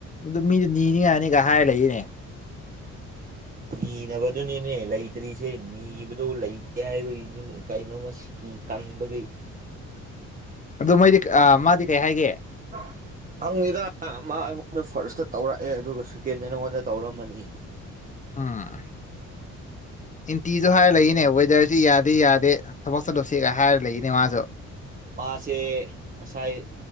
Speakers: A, on the left; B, on the right.
A: ꯑꯗꯨ ꯃꯤꯗꯨ ꯅꯤꯌꯥꯅꯤꯒ ꯍꯥꯏꯔ ꯂꯩꯏꯅꯦ <unintelligible>
B: ꯅꯤꯅꯕꯗꯨꯅꯤꯅꯦ ꯂꯩꯇ꯭ꯔꯤꯁꯦ ꯅꯤꯕꯗꯣ ꯂꯩꯇꯦ ꯍꯥꯏꯕꯒꯤꯅꯤ ꯀꯩꯅꯣ ꯃꯁꯤ ꯀ ꯀꯪꯕꯒꯤ
A: ꯑꯗꯨ ꯃꯣꯏꯗꯤ ꯃꯥꯗꯤ ꯀꯩ ꯍꯥꯏꯒꯦ
B: <unintelligible> ꯍꯪꯗꯦꯗ ꯃꯥ ꯑꯩꯉꯣꯟꯗ ꯐꯥꯔꯁꯇ ꯇꯧꯔꯛꯑꯦ ꯑꯗꯨꯒ ꯁꯦꯀꯦꯟꯗ ꯅꯪꯉꯣꯟꯗ ꯇꯧꯔꯝꯃꯅꯤ
A: ꯎꯝ ꯏꯟꯇꯤꯁꯨ ꯍꯥꯏꯔ ꯂꯩꯌꯦꯅꯦ ꯋꯦꯗꯔꯁꯤ ꯌꯥꯗꯦ ꯌꯥꯗꯦ ꯊꯕꯛ ꯆꯠꯂꯨꯁꯤ ꯍꯥꯏꯔ ꯂꯩꯌꯦꯅꯦ ꯃꯥꯖꯨ
B: ꯃꯥꯁꯦ ꯉꯁꯥꯏ